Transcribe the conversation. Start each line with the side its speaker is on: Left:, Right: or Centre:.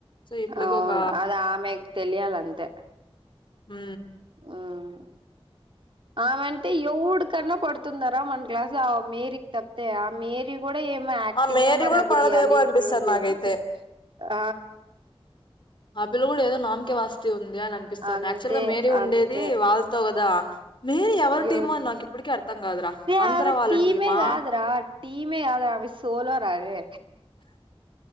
Left: సో, ఈ పిల్లకి
Right: ఔన్
Left: ఒక
Right: అది ఆమెక్ తెలియాలంతే
Left: మ్
Right: హ్మ్ ఆమెంటే ఎవుడ్కన్నా పడ్తుందారా మన క్లాస్ ఆ మేరీకి తప్తే ఆ మేరీ కూడా ఏమో యాక్టింగొ
Left: ఆ మేరీ
Right: మరి
Left: గూడా
Right: అది
Left: పడదేమో
Right: రియాలి
Left: అనిపిస్తది
Right: ఓ తెలుసు
Left: నాకైతే.
Right: ఆ
Left: ఆ పిల్ల గుడా ఏదో నామ్కే వాస్తె ఉంది అని అనిపిస్తంది
Right: అంతే
Left: యాక్చువల్ గా మేరీ ఉండేది
Right: అంతే
Left: వాళ్తో గదా మేరీ ఎవరి టీమో
Right: ఎవరు
Left: అని నాకిప్పటికి అర్థం గాదురా!
Right: రే
Left: ఆంధ్ర
Right: ఆవ
Left: వాళ్ళ
Right: టీమేగ
Left: టీమా?
Right: గాద్రా టీమే గాద్ర అమె సోలోరారే